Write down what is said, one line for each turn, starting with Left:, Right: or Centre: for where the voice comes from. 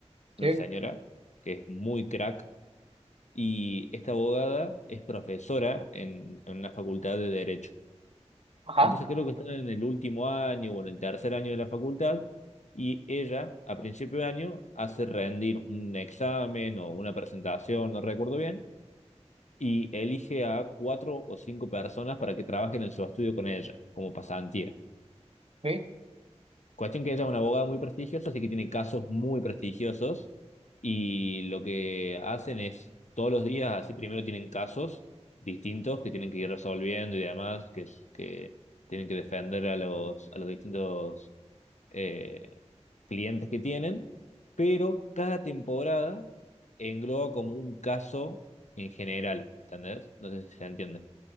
Left: una
Right: sí.
Left: señora, que es muy crack, y esta abogada es profesora en, en una facultad de Derecho.
Right: Ajá.
Left: Entonces creo que están en el último año o en el tercer año de la facultad y ella a principio de año hace rendir un examen o una presentación, no recuerdo bien, y elige a cuatro o cinco personas para que trabajen en su estudio con ella como pasantía.
Right: Sí,
Left: Cuestión que ella es una abogada muy prestigiosa, así que tiene casos muy prestigiosos y lo que hacen es todos los días, así primero tienen casos distintos que tienen que ir resolviendo y demás, que, es- que tienen que defender a los, a los distintos eh, clientes que tienen, pero cada temporada engloba como un caso en general, ¿entendés? No sé si se entiende.